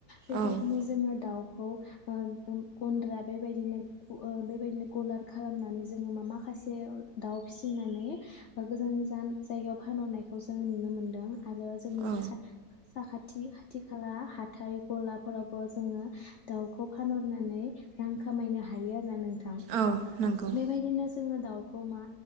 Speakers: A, on the left (about 65°); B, on the right (about 70°).
A: बेबायदिनो
B: औ
A: जोङो दाउ खौ ओ गुन्द्रा बेबायदिनो ओ बेबायदिनो गलार खालामनानै जोंङो मा-मा माखासे दाउ फिसिनानै गोजान-गोजान जायगायाव फानहरनायखौ जोंङो नुनो मोनदों। आरो जोंनि
B: औ
A: खा साखाथि खाथि खाला हाथाय गलाफोरावबो जोंङो दाउखौ फानहरनानै रां खामायनो हायो आरोना नों थां
B: औ नंगौ
A: बेबायदिनो जों दाउखौ मा